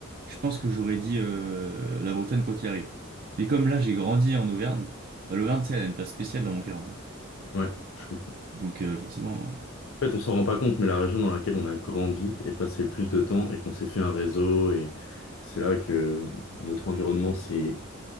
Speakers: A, on the right; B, on the left.
A: je pense que j'aurais dit euh, la Bretagne quoi qu'il arrive. Mais comme là j'ai grandi en Auvergne, bah, l'Auvergne, tu sais, elle a une place spéciale dans mon cœur. en fait.
B: Ouais, je comprends.
A: Donc euh, forcément,
B: En fait, on s'en rend pas compte, mais la région dans laquelle on a grandi et passé le plus de temps et qu'on s'est fait un réseau et c'est là que notre environnement s'est